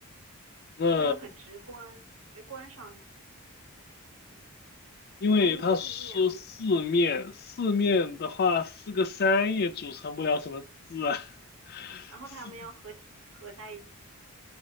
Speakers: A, on the left; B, on the right.
A: 那
B: 呃虽然很直观，直观上觉得是出，
A: 因为他说四面，
B: 但它是四面啊，
A: 四面的话，四个山也组成不了什么字啊。<laughs>
B: 然后它们要合体合在一起，
A: 四